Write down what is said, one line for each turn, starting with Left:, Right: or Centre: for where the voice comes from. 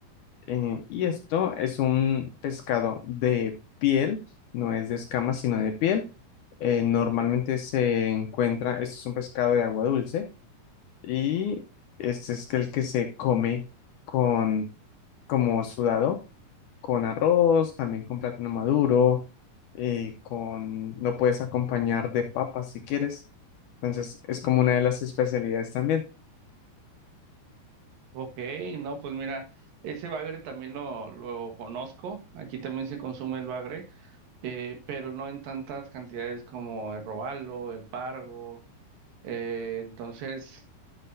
Left: eh, y esto es un pescado de piel, no es de escamas, sino de piel. Eh, normalmente se encuentra, este es un pescado de agua dulce y este es el que se come con, como sudado, con arroz, también con plátano maduro, eh, con, lo puedes acompañar de papas si quieres. Entonces es como una de las especialidades también.
Right: Ok, no, pues mira, ese bagre también lo, lo conozco, aquí también se consume el bagre, eh, pero no en tantas cantidades como el robalo, el pargo. Eh, entonces,